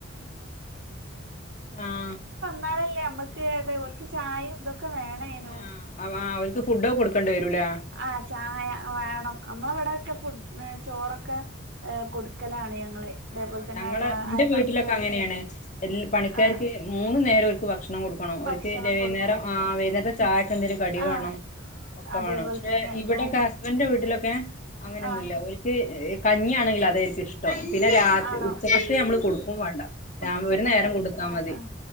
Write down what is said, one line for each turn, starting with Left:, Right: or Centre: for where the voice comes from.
Left: ആഹ്
Right: <inaudible> <inaudible> <inaudible>
Left: ആഹ് അവ ഓൽക്ക് ഫുഡൊക്കെ കൊടുക്കേണ്ടി വരൂലേ
Right: <unintelligible>
Left: ആഹ് <unintelligible>
Right: അതേപോലെ തന്നെ ആ പണിക്കാര് ആഹ്
Left: <unintelligible>
Right: ഭക്ഷണം കൊടുക്കും
Left: <unintelligible>
Right: ആഹ് അതേപോലെ തന്നെ ഉം
Left: <unintelligible>
Right: ആഹ്
Left: <unintelligible>
Right: ആണോ
Left: <unintelligible>
Right: ഉച്ചക്കത്തെ
Left: ഒരു നേരം കൊടുത്താ
Right: ആ
Left: മതി
Right: ആ